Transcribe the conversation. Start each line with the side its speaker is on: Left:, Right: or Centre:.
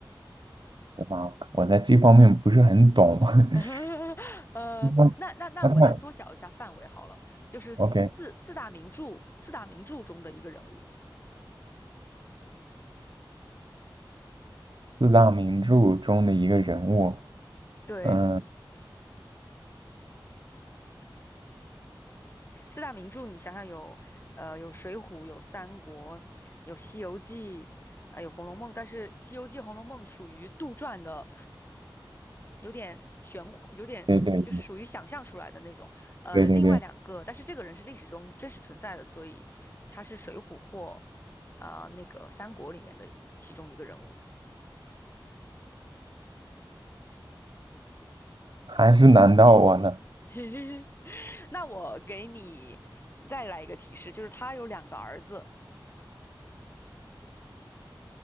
Right: 对吧？我在这方面不是很懂。<laughs>
Left: <laughs> 呃，
Right: 那
Left: 那那那我再缩小一下范围好了，
Right: 那他
Left: 就是四四大名著四大名著中的一个人物，
Right: OK，四大名著中的一个人物，
Left: 对。
Right: 嗯，
Left: 四大名著，你想想有，呃，有《水浒》，有《三国》，有《西游记》，啊、有《红楼梦》。但是《西游记》《红楼梦》属于杜撰的，有点玄乎，有点就是属于想象出来的那种。
Right: 对对
Left: 呃，
Right: 对对对对，
Left: 另外两个，但是这个人是历史中真实存在的，所以他是《水浒》或啊、那个《三国》里面的其中一个人物。<laughs>
Right: 还是难到我了。
Left: 嘿嘿嘿，那我给你再来一个提示，就是他有两个儿子。